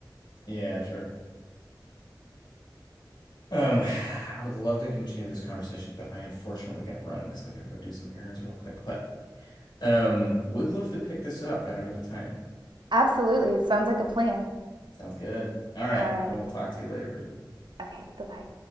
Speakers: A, on the left; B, on the right.
A: Yeah, sure. Um, I would love to continue this conversation, but I unfortunately gotta run because I gotta go do some errands real quick. But um, would love to pick this up at another time.
B: Absolutely. It sounds like a plan.
A: Sounds good. All right,
B: All right.
A: I will talk to you later, Brittany.
B: Okay. Bye bye.